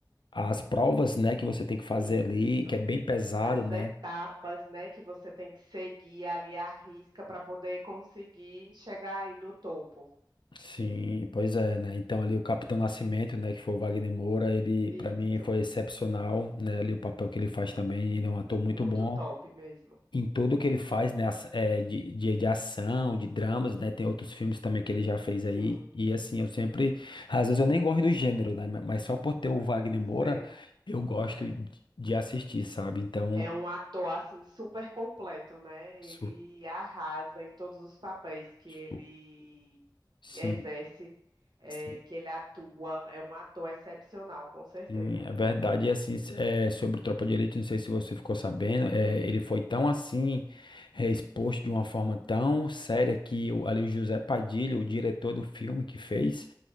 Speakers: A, on the left; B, on the right.
A: as provas, né, que você tem que fazer
B: Isso.
A: ali, que é bem pesado,
B: As
A: né?
B: etapas, né, que você tem que seguir ali à risca para poder conseguir chegar aí no topo.
A: Sim, pois é, né? Então ali o Capitão Nascimento, né, que foi o Wagner Moura, ele
B: Isso,
A: para mim foi excepcional, né? Ali o papel que ele faz também, ele é um ator muito
B: muito
A: bom.
B: top mesmo.
A: em tudo que ele faz, né, as- é, de, de, de ação, de dramas, né, tem outros filmes também que ele já fez aí,
B: Sim,
A: e assim, eu sempre, às vezes eu nem gosto do gênero, né, ma- mas só por ter o Wagner Moura,
B: sei.
A: eu gosto
B: É.
A: de de assistir, sabe, então,
B: É um ator assim super completo, né?
A: su-
B: Ele arrasa em todos os papéis que
A: su-
B: ele
A: sim,
B: exerce, é,
A: sim,
B: que ele atua. É um ator excepcional, com certeza.
A: sim, é verdade, e assim, s- é, sobre o Tropa de Elite, não sei se você ficou sabendo, é, ele foi tão assim, é, exposto de uma forma tão séria que o, ali o José Padilha, o diretor do filme que fez,